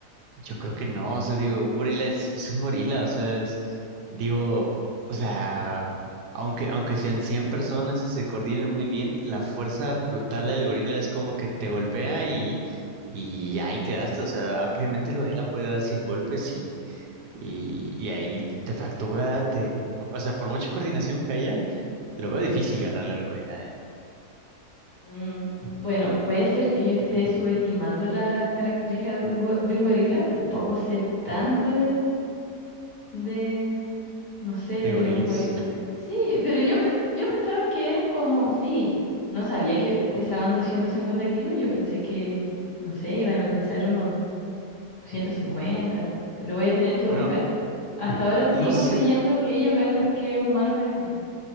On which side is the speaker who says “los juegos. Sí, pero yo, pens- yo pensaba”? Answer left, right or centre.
Left